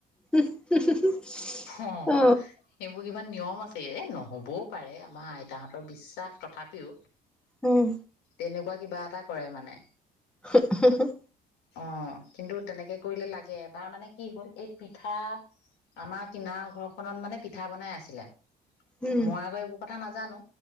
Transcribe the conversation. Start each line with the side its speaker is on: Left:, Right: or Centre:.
Centre: <unintelligible>
Left: অ',
Centre: অহ।
Left: সেইবোৰ কিবা নিয়ম আছে, এই নহবও পাৰে আমাৰ আই তা হঁতৰ বিশ্বাস, তথাপিও
Centre: উম
Left: তেনেকুৱা কিবা এটা কৰে মানে।
Centre: হুহ, হুহ, হুহ।
Left: অ', কিন্তু তেনেকে কৰিলে লাগে, এবাৰ মানে কি হ'ল? এই পিঠা আমাৰ কিনাৰৰ ঘৰখনত মানে পিঠা বনাই আছিলে।
Centre: উম
Left: মই আকৌ এইবোৰ কথা নাজানো,